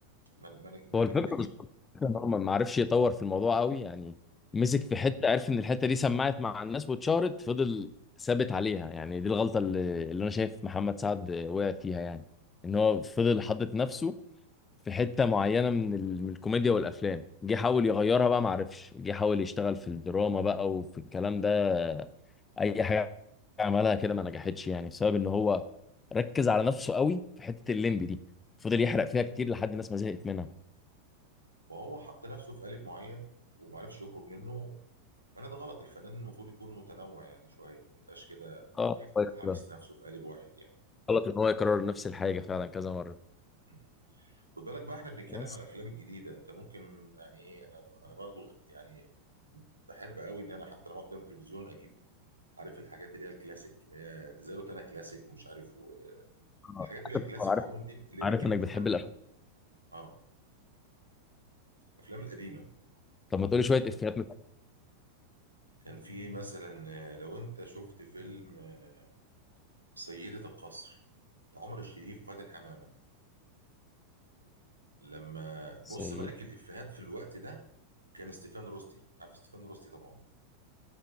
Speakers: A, on the right; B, on the left.
A: ما ما ما
B: هو الفكرة
A: نجحتش
B: بالظبط ان هو ما ما عرفش يطور في الموضوع قوي يعني مسك في حتة عرف ان الحتة دي سمعت مع الناس واتشهرت فضل ثابت عليها يعني دي الغلطة اللي, اللي انا شايف محمد سعد وقع فيها يعني ان هو فضل حاطط نفسه في حتة معينة من ال- من الكوميديا والأفلام جه حاول يغيرها بقى معرفش جه حاول يشتغل في الدراما بقى وفي الكلام ده أي حاجة عملها كده ما نجحتش يعني بسبب إن هو ركز على نفسه قوي في حتة الليمبي دي فضل يحرق فيها كتير لحد الناس ما زهقت منها
A: ما هو حط نفسه في قالب معين ومعرفش يخرج منه ما انا ده غلط الفنان المفروض يكون متنوع يعني شويه ما يبقاش كده
B: اه كويس
A: حابس
B: كده
A: نفسه في قالب واحد يعني
B: غلط إن هو يكرر نفس الحاجة فعلا كذا مرة
A: مم. خد بالك بقى احنا بنتكلم
B: بس
A: على الافلام الجديده انت ممكن يعني ايه انا أنا برضو يعني بحب قوي ان انا حتى لما قدام التلفزيون اجيب عارف الحاجات اللي هي الكلاسيك اللي هي زي روتانا كلاسيك ومش عارف والحاجات
B: <laughs> آه،
A: اللي
B: عارف
A: هي الكلاسيك
B: عارف
A: عموما دي اللي هي
B: عارف
A: بتجيب
B: إنك
A: الافلام
B: بتحب الأفلام
A: اه الافلام القديمه
B: طب ما تقولي شوية إفيهات من
A: كان في مثلا آه، لو انت شفت فيلم آه، سيدة القصر بتاع عمر الشريف وفاتن حمامة لما
B: سيئة
A: بص ملك الإفيهات في الوقت ده كان ستيفان روستي عارف ستيفان روستي طبعا